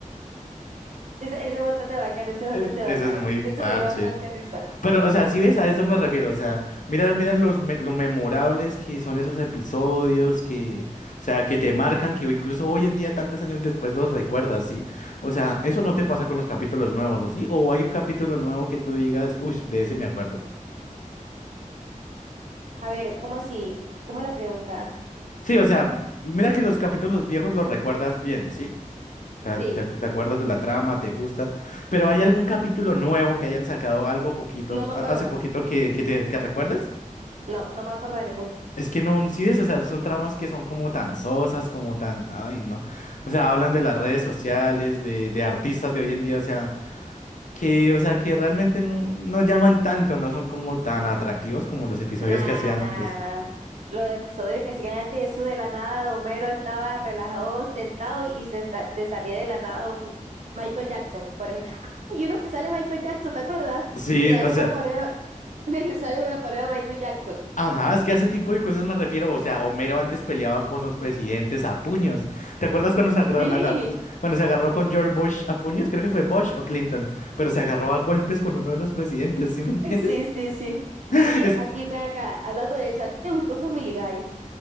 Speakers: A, on the right; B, on the left.
A: Ese, ese es bastante bacano,
B: <laughs>
A: ese es
B: Es-
A: bastante
B: eso
A: bacano.
B: es muy parche.
A: Eso me dio bastante risa.
B: Pero, o sea, si ves, a eso me refiero. O sea, mira, mira los me- lo memorables que son esos episodios que, o sea, que te marcan, que incluso hoy en día, tantos años después, los recuerdas, ¿sí? O sea, eso no te pasa con los capítulos nuevos, ¿así? O hay un capítulo nuevo que tú digas, uy, de ese me acuerdo.
A: A ver, ¿cómo así? ¿Cómo es la pregunta?
B: Sí, o sea, m- mira que los capítulos viejos los recuerdas bien, ¿sí? O sea,
A: Sí.
B: te, ac- te acuerdas de la trama, te gustan. Pero ¿hay algún capítulo nuevo que hayan sacado algo poquito,
A: No me
B: a-
A: acuerdo.
B: hace poquito que, que te que recuerdes?
A: No, no me acuerdo de ninguno.
B: Es que no, sí es, o sea, son tramas que son como tan sosas, como tan, ay, no. O sea, hablan de las redes sociales, de, de artistas de hoy en día, o sea, que, o sea, que realmente no, no llaman tanto, no son como tan atractivos como los episodios
A: Nada,
B: que hacían
A: nada,
B: antes.
A: nada. Los episodios que siguen antes, eso de la nada de Homero estaba relajado, sentado y se sa- te salía de la nada un Michael Jackson, por ejemplo. y uno que sale Michael Jackson, ¿te acuerdas?
B: Sí,
A: Que le hacen
B: o sea,
A: una parodia, <laughs> sale una parodia de Michael Jackson.
B: ajá, es que a ese tipo de cosas me refiero, o sea, Homero antes peleaba con los presidentes a puños. ¿Te acuerdas cuando se agarra-
A: Sí,
B: aga- cuando se agarró con George Bush a puños? Creo que fue Bush o Clinton, pero se agarró a golpes con uno de los presidentes, ¿sí me
A: <laughs>
B: entiendes?
A: sí, sí, sí.
B: <laughs>
A: Oye, a ti, ven acá, hablando de eso, ¿a ti te gustó Family Guy?